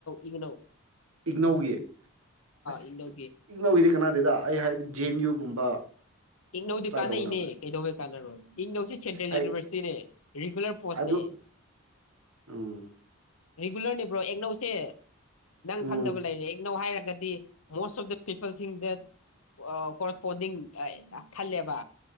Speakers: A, on the left; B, on the right.
A: ꯏꯪꯅꯧ
B: ꯏꯛꯅꯧꯒꯤ ꯑꯁ
A: ꯏꯛꯅꯧꯒꯤ
B: ꯏꯛꯅꯧꯒꯤꯗꯤ ꯀꯅꯥꯗꯗ ꯑꯩ ꯍꯥꯏꯕꯗꯤ ꯖꯦ ꯑꯦꯟ ꯌꯨꯒꯨꯝꯕ
A: ꯏꯪꯅꯧꯗꯤ
B: ꯇ꯭ꯔꯥꯏ
A: ꯀꯥꯟꯅꯩꯅꯦ
B: ꯇꯧꯒꯗꯕꯅꯦ
A: ꯀꯩꯗꯧꯕꯩ ꯀꯥꯟꯅꯔꯣꯏ ꯏꯪꯅꯧꯁꯤ ꯁꯦꯟꯇ꯭ꯔꯦꯜ
B: ꯑꯩ
A: ꯌꯨꯅꯤꯚꯔꯁꯤꯇꯤꯅꯦ ꯔꯤꯒꯨꯂꯔ ꯄꯣꯁꯅꯤ
B: ꯑꯗꯨ ꯎꯝ
A: ꯔꯤꯒꯨꯂꯔꯅꯦꯕ꯭ꯔꯣ ꯑꯦꯛꯅꯧꯁꯦ ꯅꯪ
B: ꯎꯝ
A: ꯈꯪꯗꯕ ꯂꯩꯔꯦ ꯏꯪꯅꯧ ꯍꯥꯏꯔꯦ ꯣꯁ ꯗ ꯄꯤꯜ ꯗ ꯀꯣꯔꯁꯄꯣꯟꯗꯤꯡ ꯈꯜꯂꯦꯕ